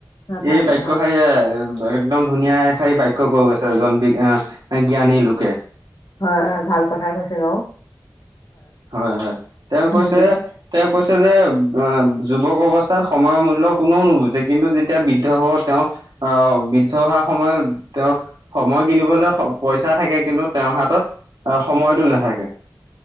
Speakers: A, on the left; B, on the right.
A: নাথাকে
B: এই বাক্যশাৰীয়ে
A: হয়,
B: একদম ধুনীয়া এশাৰী বাক্য কৈ গৈছে এজন বি আ জ্ঞানী লোকে।
A: হয় হয় ভাল কথাই কৈছে বাওঁ।
B: হয় হয় তেওঁ কৈছে
A: উম,
B: তেওঁ কৈছে যে এ যুৱক অৱস্থাত সময়ৰ মূল্য কোননেও নুবুজে কিন্তু যেতিয়া বৃদ্ধ হ'ব তেওঁ আহ বৃদ্ধ হোৱাৰ সময়ত তেওঁ সময় কিনিবলৈ স পইচা থাকে কিন্তু তেওঁৰ হাতত আহ সময়টো নাথাকে।